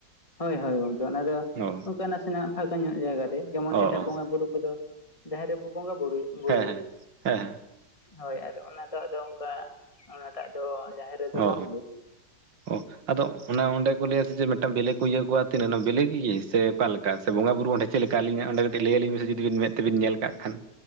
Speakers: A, on the left; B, on the right.
A: ᱦᱳᱭ ᱦᱳᱭ ᱜᱚᱝᱠᱮ ᱚᱱᱟ ᱫᱚ
B: ᱚ
A: ᱚᱱᱠᱟ ᱱᱟᱥᱮᱱᱟᱜ ᱯᱷᱟᱸᱠᱟ ᱧᱚᱸᱜ ᱡᱟᱭᱜᱟ ᱨᱮ ᱡᱮᱢᱚᱱ
B: ᱚ
A: ᱮᱴᱟᱜ
B: ᱚ
A: ᱵᱚᱸᱜᱟ ᱵᱩᱨᱩ ᱠᱚᱫᱚ ᱡᱟᱦᱮᱨ ᱨᱮᱵᱚ ᱵᱚᱸᱜᱟ ᱵᱩᱨᱩᱭᱼᱟ
B: ᱦᱮᱸ ᱦᱮᱸ ᱦᱮᱸ ᱦᱮᱸ
A: ᱦᱳᱭ ᱟᱫᱚ ᱚᱱᱟ ᱫᱚ ᱟᱫᱚ ᱚᱱᱠᱟ ᱚᱱᱟ ᱴᱟᱜ ᱫᱚ ᱡᱟᱦᱮᱨ ᱨᱮᱫᱚ
B: ᱚ
A: ᱵᱟᱝᱜᱮ
B: ᱚ ᱟᱫᱚ ᱚᱱᱟ ᱚᱸᱰᱮ ᱠᱚ ᱞᱟᱹᱭ-ᱟ ᱡᱮ ᱢᱤᱫ ᱴᱟᱝ ᱵᱮᱞᱮ ᱠᱚ ᱤᱭᱟᱹ ᱟᱠᱚᱣᱟ ᱛᱤᱱᱟᱹᱜ ᱵᱮᱞᱮ ᱜᱮ ᱥᱮ ᱚᱠᱟ ᱞᱮᱠᱟ? <unintelligible> ᱥᱮ ᱵᱚᱸᱜᱟ ᱵᱩᱨᱩ ᱚᱸᱰᱮ ᱪᱮᱫ ᱞᱮᱠᱟ ᱟᱹᱞᱤᱧ ᱚᱰᱮ ᱠᱟᱹᱴᱤᱡ ᱞᱟᱹᱭ ᱟᱞᱤᱧ ᱢᱮ ᱥᱮ ᱡᱩᱫᱤ ᱢᱮᱫ ᱛᱮ ᱵᱤᱱ ᱧᱮᱞ ᱟᱠᱟᱜ ᱠᱷᱟᱱ